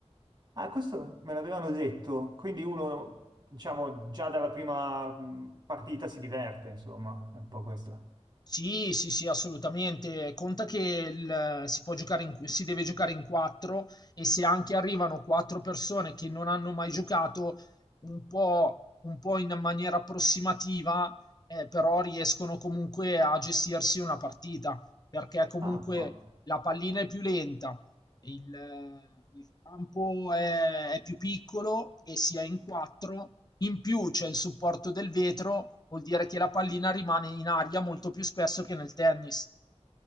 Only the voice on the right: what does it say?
ah, questo me l'avevano detto, quindi uno, diciamo, già dalla prima mh, partita si diverte, insomma, è un po' questo.
Ah, forte.